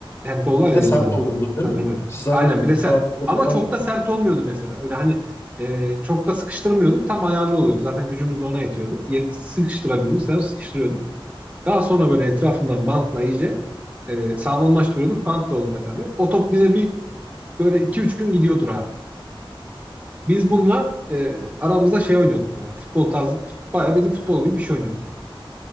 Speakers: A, on the right (about 15°); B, on the left (about 30°).
A: Handball var
B: Bir
A: ya
B: de
A: elle
B: sert
A: oynanan.
B: oluyordu değil
A: Sanırım
B: mi?
A: öyle.
B: Siz zaten
A: Aynen
B: bütün
A: bir de sert.
B: kağıtları
A: Ama
B: falan.
A: çok da sert olmuyordu mesela. Öyle hani e, çok da sıkıştırmıyorduk. Tam ayarlı oluyordu. Zaten gücümüz de ona yetiyordu. Ye- Sıkıştırabildiğimiz kadar sıkıştırıyorduk. Daha sonra böyle etrafından bantla iyice e, sağlamlaştırıyorduk. Bant da olunca tabii. O top bize bir böyle iki üç gün gidiyordu rahat. Biz bununla e, aramızda şey oynuyorduk böyle. Futbol tarzı, fut- bayağı bir de futbol gibi bir şey oynuyorduk